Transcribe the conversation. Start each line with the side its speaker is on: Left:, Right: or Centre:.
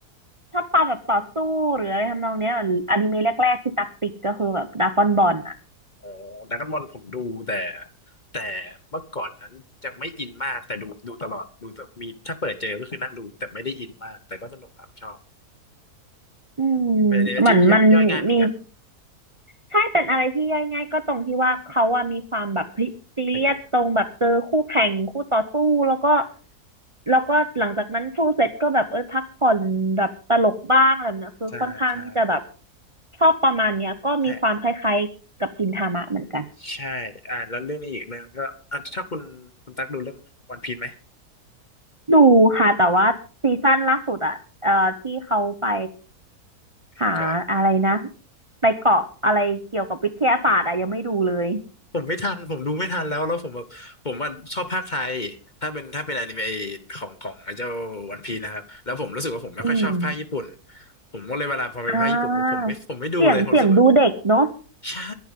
Right: ชอบความแบบต่อสู้หรืออะไรทำนองเนี้ยเหมือนอนิเมะแรกๆที่ตักติดก็คือแบบดราก้อนบอลอะ
Left: อ๋อดราก้อนบอลผมดูแต่แต่เมื่อก่อนนั้นยังไม่อินมากแต่ดูดูตลอดดูมีถ้าเปิดเจอก็คือนั่งดูแต่ไม่ได้อินมากแต่ก็สนุกครับชอบ
Right: อืม
Left: เป็นอนิเมะที่ย่อยง่ายเหมือนกัน
Right: เหมือนมันมีใช่เป็นอะไรที่ย่อยง่ายก็ตรงที่ว่าเขาอะมีความแบบซีเรียสตรงแบบเจอคู่แข่งคู่ต่อสู้แล้วก็
Left: พยายาม
Right: แล้วก็หลังจากนั้นสู้เสร็จก็แบบเออพักผ่อนแบบตลกบ้างอะไรแบบเนี้ยคือค่อนข้างที่จะแบบ
Left: ใช่ใช่
Right: ชอบประมาณเนี้ยก็มีความคล้ายๆกับกินทามะเหมือนกัน
Left: ใช่ใช่อ่าแล้วเรื่องนี้อีกเรื่องก็อ่ะถ้าคุณคุณตักดูเรื่องวันพีซไหม
Right: ดูค่ะแต่ว่าซีซั่นล่าสุดอะเอ่อที่เขาไป
Left: ดู
Right: หาอะไรนะ
Left: เกาะ
Right: ไปเกาะอะไรเกี่ยวกับวิทยาศาสตร์อะยังไม่ดูเลย
Left: ผมไม่ทันผมดูไม่ทันแล้วแล้วผมแบบผมว่าชอบภาคไทยถ้าเป็นถ้าเป็นอนิเมะของของไอ้เจ้าวันพีนะครับแล้วผมรู้สึกว่าผมไม่ค่อยชอบภาคญี่ปุ่น
Right: อืม
Left: ผมก็เลยเวลาพอเป็นภาคญี่ปุ่นปุ๊บผมไม่ผมไม่ดูเลยผมรู้สึกว่า
Right: อ่าเสียงเสียงดูเด็กเนาะ
Left: ใช่